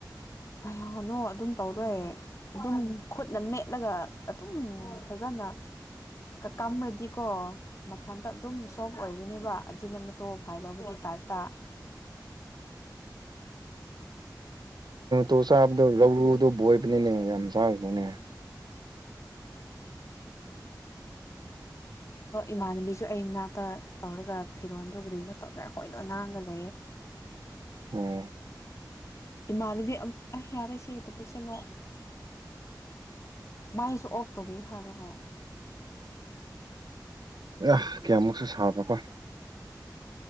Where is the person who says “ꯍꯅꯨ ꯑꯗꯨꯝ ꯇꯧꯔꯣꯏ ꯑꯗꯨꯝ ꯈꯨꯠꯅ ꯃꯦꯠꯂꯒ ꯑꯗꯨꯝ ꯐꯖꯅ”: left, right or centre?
Left